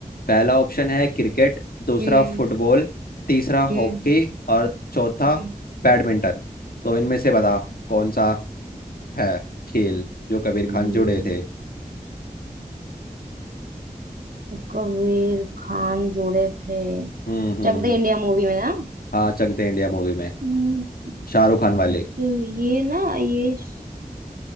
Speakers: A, on the left; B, on the right.
A: पहला ऑप्शन है क्रिकेट दूसरा
B: हम्म
A: फुटबॉल तीसरा
B: हम्म
A: हॉकी और चौथा
B: हम्म
A: बैडमिंटन तो इनमें से बता कौन सा है खेल जो कबीर
B: हम्म,
A: खान जुड़े थे
B: कबीर खान जुड़े थे
A: हम्म हम्म
B: चक दे
A: हम्म
B: इंडिया मूवी में ना
A: हाँ चक दे इंडिया मूवी में
B: हम्म,
A: शाहरुख खान वाली
B: तो ये ना ये श-